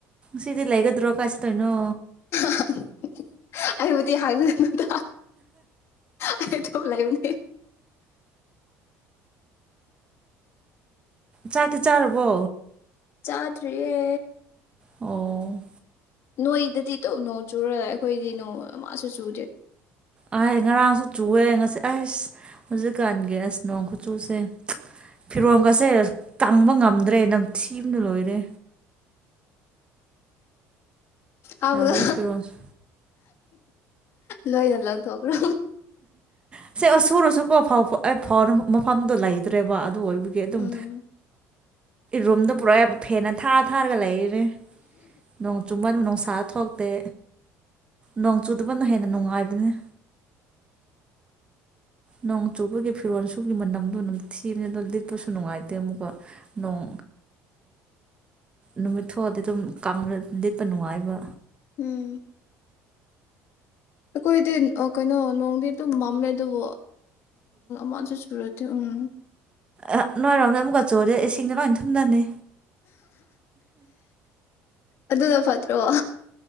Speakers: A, on the right; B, on the left.
A: ꯁꯤꯗꯤ ꯂꯩꯒꯗ꯭ꯔꯣ ꯀꯥꯏꯁꯤ ꯇꯣꯏꯩꯅꯣ
B: <unintelligible> ꯑꯩꯕꯨꯗꯤ ꯍꯥꯡꯅꯗ ꯑꯩ ꯊ ꯂꯩꯕꯅꯦ
A: ꯆꯥꯛꯇꯤ ꯆꯥꯔꯕꯣ
B: ꯆꯥꯗꯔꯤꯌꯦ
A: ꯑꯣ
B: ꯅꯣꯏꯗꯗꯤ ꯇꯧꯅꯣ ꯆꯨꯔꯒ ꯑꯩꯈꯣꯏꯗꯤ ꯅꯣꯡ ꯃꯥꯁꯨ ꯆꯨꯗꯦ
A: ꯑꯍ ꯉꯔꯥꯡꯁꯨ ꯆꯨꯑꯦ ꯉꯁꯤ ꯑꯩꯁ ꯍꯧꯖꯤꯛꯀꯥꯟꯒꯤ ꯑꯁ ꯅꯣꯡ ꯈꯨꯠꯆꯨꯁꯦ ꯐꯤꯔꯣꯝꯒꯁꯦ ꯇꯪꯕ ꯉꯝꯗ꯭ꯔꯦ ꯅꯝꯊꯤꯅ ꯂꯣꯏꯔꯦ
B: ꯍꯥꯎꯗ
A: ꯌꯥꯗ꯭ꯔꯦ ꯐꯤꯔꯣꯟꯁꯦ
B: ꯂꯣꯏ ꯂ ꯂꯒ ꯊꯈꯔꯣ
A: ꯎ ꯁꯦ ꯑꯣ ꯁꯨꯔꯨꯁꯨꯀꯣ ꯐꯥꯎ ꯃꯐꯝꯗꯣ ꯂꯩꯗ꯭ꯔꯦꯕ ꯑꯗꯨ ꯑꯣꯏꯕꯒꯤ ꯑꯗꯨꯝ
B: ꯎꯝ
A: ꯔꯨꯝꯗ ꯄꯨꯔꯥ ꯐꯦꯟꯅ ꯊꯥ ꯊꯥꯔꯒ ꯂꯩꯔꯦ ꯅꯣꯡ ꯆꯨꯝꯕꯥ ꯅꯣꯡ ꯁꯥ ꯊꯣꯛꯇꯦ ꯅꯣꯡ ꯆꯨꯗꯕꯅ ꯍꯦꯟꯅ ꯅꯨꯡꯉꯥꯏꯕꯅꯤ ꯅꯣꯡ ꯆꯨꯕꯒꯤ ꯐꯤꯔꯣꯜ ꯁꯨꯕꯒꯤ ꯃꯅꯝꯗꯣ ꯑꯗꯨꯝ ꯊꯤꯕꯅꯤ ꯑꯗꯣ ꯂꯤꯠꯄꯁꯨ ꯅꯨꯡꯉꯥꯏꯇꯦ ꯑꯃꯨꯛꯀ ꯅꯣꯡ ꯅꯨꯃꯤꯠ ꯊꯣꯛꯑꯗꯤ ꯑꯗꯨꯝ ꯂꯤꯠꯄ ꯅꯨꯡꯉꯥꯏꯕ
B: ꯎꯝ ꯑꯩꯈꯣꯏꯗꯤ ꯀꯩꯅꯣ ꯅꯣꯡꯗꯤ ꯑꯗꯨꯝ ꯃꯝꯃꯦ ꯑꯗꯨꯕꯨ ꯃꯖꯩ ꯁꯨꯔꯗꯤꯦ ꯎꯝ
A: ꯑ ꯅꯣꯏꯔꯣꯝꯗ ꯑꯃꯨꯛꯀꯆꯣꯗ ꯏꯁꯤꯡꯗ ꯂꯣꯏ ꯊꯨꯝꯗꯅꯤ
B: ꯑꯗꯨꯗ ꯐꯠꯇ꯭ꯔꯣ ꯋꯥ